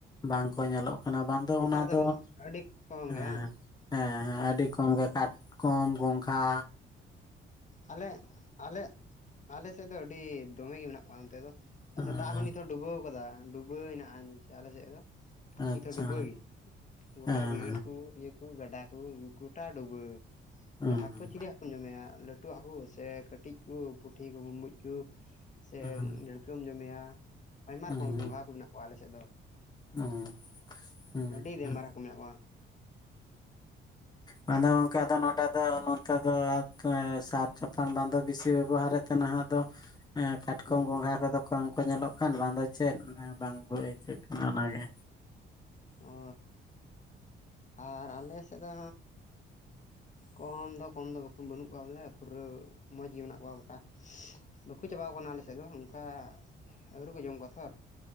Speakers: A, on the left (about 20°); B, on the left (about 40°).
A: ᱵᱟᱝ ᱠᱚ ᱧᱮᱞᱚᱜ ᱵᱟᱝ ᱫᱚ
B: ᱱᱮᱛᱟᱨ
A: ᱚᱱᱟ ᱫᱚ
B: ᱟᱹᱰᱤ ᱠᱚᱢ
A: ᱦᱮᱸ
B: ᱜᱮ ᱵᱟᱝ
A: ᱦᱮᱸ ᱟᱹᱰᱤ ᱠᱚᱢ ᱜᱮ ᱠᱟᱴ ᱠᱚᱢ ᱜᱚᱸᱠᱷᱟ
B: ᱟᱞᱮ ᱟᱞᱮ ᱟᱞᱮᱥᱮᱫ ᱫᱚ ᱟᱹᱰᱤ ᱫᱚᱢᱮ ᱜᱮ ᱢᱮᱱᱟᱜ ᱠᱚᱣᱟ ᱚᱱᱛᱮ ᱫᱚ
A: ᱦᱮᱸ
B: ᱟᱪᱪᱷᱟ ᱫᱟᱜ ᱦᱚᱸ ᱱᱤᱛ ᱦᱚᱸ ᱰᱩᱵᱟᱹᱣ ᱠᱟᱫᱟ ᱰᱩᱵᱟᱹᱣ ᱦᱮᱱᱟᱜᱼᱟᱧ ᱟᱞᱮ ᱥᱮᱫ ᱫᱚ
A: ᱟᱪᱪᱷᱟ
B: ᱱᱤᱛᱚᱜ ᱰᱩᱵᱟᱹᱭ ᱜᱚᱴᱟ
A: ᱦᱮᱸ
B: ᱵᱟᱹᱭᱦᱟᱹᱲ ᱠᱚ ᱤᱭᱟᱹ ᱦᱟᱠᱩ ᱜᱟᱰᱟ ᱠᱚ ᱜᱚᱴᱟ ᱰᱩᱵᱟᱹ
A: ᱦᱮᱸ ᱦᱩᱸ
B: ᱦᱟᱹᱠᱩ ᱪᱤᱞᱤ ᱦᱟᱹᱠᱩᱢ ᱡᱚᱢᱮᱭᱟ ᱞᱟᱹᱴᱩ ᱞᱟᱹᱴᱩ ᱦᱟᱹᱠᱩ ᱥᱮ ᱠᱟᱴᱤᱡ ᱠᱚ ᱯᱩᱴᱷᱤ ᱠᱚ ᱵᱩᱢᱵᱩᱡ ᱠᱚ ᱥᱮ
A: ᱦᱩᱸ
B: ᱰᱷᱟᱺᱲᱠᱟᱹᱢ ᱡᱚᱢᱮᱭᱟ ᱟᱭᱢᱟ
A: ᱦᱩᱸ
B: ᱨᱚᱠᱚᱢ ᱜᱚᱝᱜᱷᱟ ᱠᱚ ᱢᱮᱱᱟᱜ ᱠᱚᱣᱟ ᱟᱞᱮᱥᱮᱫ ᱫᱚ
A: ᱦᱩᱸ ᱦᱩᱸ
B: ᱟᱹᱰᱤ ᱫᱮᱢ
A: ᱦᱩᱸ
B: ᱢᱟᱨᱟ ᱠᱚ ᱢᱮᱱᱟᱜ ᱠᱚᱣᱟ
A: ᱦᱩᱸ ᱟᱫᱚ ᱜᱚᱝᱠᱟ ᱱᱚᱰᱮ ᱫᱚ ᱱᱚᱛᱮ ᱫᱚ ᱥᱟᱨ ᱪᱟᱯᱟᱱ ᱵᱟᱝᱫᱚ ᱵᱤᱥᱤ ᱵᱮᱵᱚᱦᱟᱨ ᱠᱟᱱᱟ ᱦᱟᱜ ᱫᱚ ᱦᱮᱸ ᱠᱟᱴᱠᱚᱢ
B: ᱦᱩᱸ
A: ᱜᱚᱸᱜᱷᱟ
B: ᱦᱩᱸ
A: ᱠᱚᱫᱚ ᱠᱚᱢ ᱠᱚ ᱧᱮᱞᱚᱜ ᱠᱟᱱ ᱵᱟᱝ ᱫᱚ ᱪᱮᱫ ᱵᱟᱝ ᱵᱟᱹᱭ ᱟᱹᱭᱠᱟᱹᱜ ᱠᱟᱱᱟ ᱚᱱᱟᱜᱮ
B: ᱚ ᱟᱨ ᱟᱞᱮ ᱥᱮᱫ ᱫᱚ ᱠᱚᱢ ᱫᱚ ᱠᱚᱢ ᱫᱚ ᱵᱟ ᱵᱟᱹᱱᱩᱜ ᱠᱚᱣᱟ ᱵᱚᱞᱮ ᱯᱩᱨᱟᱹ ᱢᱚᱡᱽ ᱜᱮ ᱢᱮᱱᱟᱜ ᱠᱚᱣᱟ ᱜᱚᱴᱟ ᱵᱟᱠᱩ ᱪᱟᱵᱟᱣ ᱠᱟᱱᱟ ᱟᱞᱮ ᱥᱮᱫ ᱫᱚ ᱚᱱᱠᱟ ᱟᱹᱨᱩ ᱠᱚ ᱡᱚᱢ ᱠᱚᱣᱟ ᱛᱷᱚᱨ